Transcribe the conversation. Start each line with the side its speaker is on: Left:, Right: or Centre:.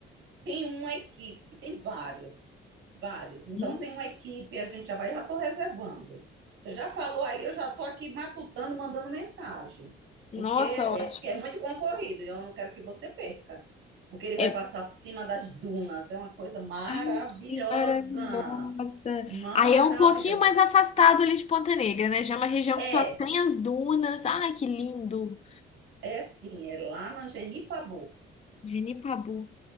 Right: Tem uma equipe, tem vários, vários. Então
Left: Hum,
Right: tem uma equipe, a gente já vai, já estou reservando. Você já falou aí, eu já estou aqui matutando, mandando mensagem, porque
Left: Nossa,
Right: é,
Left: ótimo.
Right: porque é muito concorrido, e eu não quero que você perca, porque ele vai
Left: Eu...
Right: passar por cima das dunas, é uma coisa maravilhosa,
Left: Ai, que maravilhosa.
Right: maravilhosa.
Left: Aí é um pouquinho mais afastado ali de Ponta Negra, né? Já é uma região
Right: É,
Left: que só tem as dunas. Ai, que lindo!
Right: é sim, é lá na Genipabu.
Left: Genipabu.